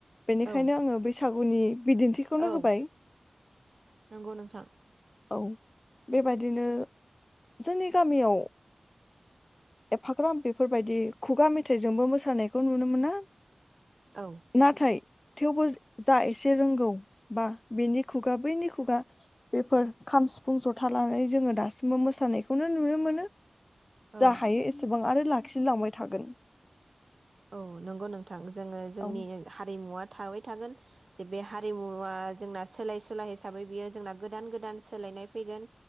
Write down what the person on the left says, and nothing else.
बेनिखायनो
आङो बैसा सागुनि बिदिन्थिखौनो
होबाय
औ। बेबादिनो जोंनि गामियाव एफाग्राम बेफोरबायदि खुगा मेथाइजोंबो मोसानायखौ नुनो मोना।
नाथाय थेवबो जा एसे रोंगौ बा बेनि खुगा बैनि खुगा बेफोर खाम सिफुं जथा लानानै जोङो दासिमबो मोसानायखौनो नुनो मोनो।
जा हायो एसेबां आरो ला खि लांबाय थागोन।
औ